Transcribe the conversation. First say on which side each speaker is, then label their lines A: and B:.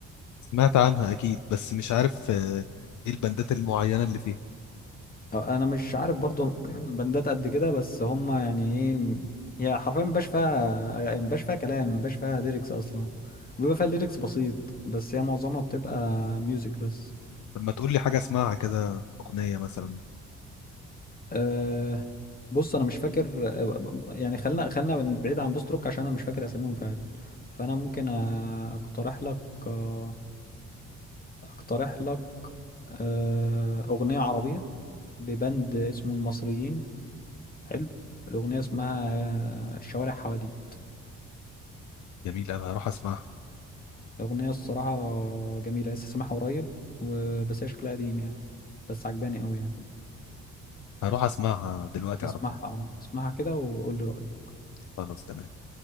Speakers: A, on the left; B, on the left.
A: سمعت عنها اكيد بس مش عارف آه، ايه البندات المعينة اللي فيه
B: آه، انا مش عارف برضو <clears throat> بندات قد كده بس هم يعني ايه هي حرفيا مبقاش فيها مبقاش فيها كلام مبقاش فيها ليركس اصلا بيبقى فيها ليركس بسيط بس هي معظمها بتبقى ميوزك بس
A: لما تقول لي حاجة اسمعها كده اغنية مثلا
B: أه بص انا مش فاكر آه، يعني خلينا خلينا بعيد عن بوست روك عشان انا مش فاكر اساميهم فعلا فانا ممكن آه، اقترح لك آه، اقترح لك آه، أغنية عربية لبند اسمه المصريين حلو الأغنية اسمها الشوارع حواديت
A: جميلة أوي، هروح اسمعها
B: الأغنية الصراحة جميلة لسه سامعها قريب وبس هي شكلها قديم يعني بس عجباني أوي يعني
A: هروح اسمعها دلوقتي
B: اسمعها
A: على طول
B: اسمعها كده وقول لي رأيك
A: خلاص تمام